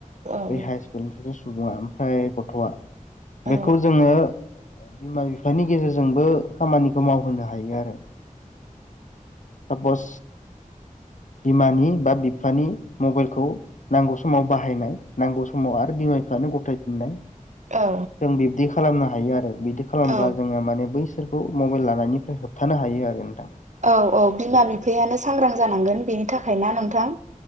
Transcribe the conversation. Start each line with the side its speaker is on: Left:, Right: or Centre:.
Right: औ
Left: बै हाइ स्कुलनि सासे सुबुङा ओमफ्राय गथ'आ
Right: औ
Left: बेखौ जोङो बिमा-बिफानि गेजेरजोंबो खामानिखौ मावहोनो <unintelligible> हायो आरो। <unintelligible> बिमानि बा बिफानि मबाइलखौ नांगौ समाव बाहायनाय नांगौ समाव आरो बिमा बिफानो <unintelligible> फिथाय फिनाय
Right: औ
Left: जों बिबदि खालामनो हायो आरो। बिदि खालामब्ला
Right: औ
Left: जोङो माने बै सोरखौ मबाइल लानायनिफ्राय होबथानो हायो आरो नोंथां।
Right: औ औ बिमा बिफायानो सांग्रां जानांगोन बेनि थाखायना नोंथां।